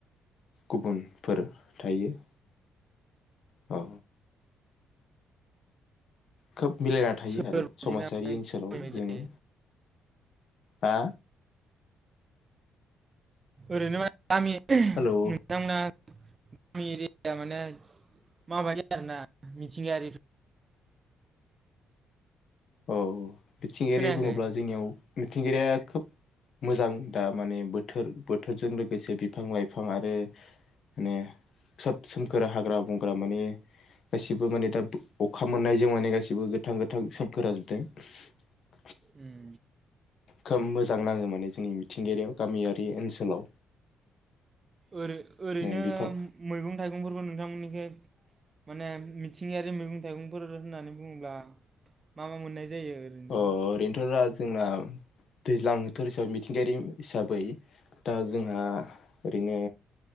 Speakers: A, on the left; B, on the right.
A: गुबुनफोर थायो। औ। खोब मिलायना थायो
B: सोर
A: आरो
B: बायदि
A: समाजारि
B: ना
A: ओनसोलाव
B: माने
A: जोङो हा
B: ओरैनो गामि नोंथांमोना
A: हेलौ
B: गामि एरिया माने माबायदि आरोना मिथिंगायारि
A: औ औ। मिथिंगायारि
B: खोनायाखै
A: बुङोब्ला जोंनियाव मिथिंगायारिया खोब मोजां दा माने बोथोर बोथोरजों लोगोसे बिफां लाइफां आरो माने सब सोमखोर हाग्रा बंग्रा माने गासिबो माने दा अखा मोननायजों माने गासिबो गोथां गोथां <inaudible>
B: उम
A: खोब मोजां नाङो माने जोंनि मिथिंगायारियाव गामियारि ओनसोलाव।
B: ओरै ओरैनो
A: ने बिफां
B: मैगं थाइगंफोरखौ नोंथांमोननिखै माने मिथिंगायारि मैगं थाइगंफोर होननानै बुङोब्ला मा मा मोननाय जायो ओरैनो
A: अ ओरैनोथ' जोंना दैज्लां बोथोर हिसाबै मिथिंगायारि हिसाबै दा जोंहा ओरैनो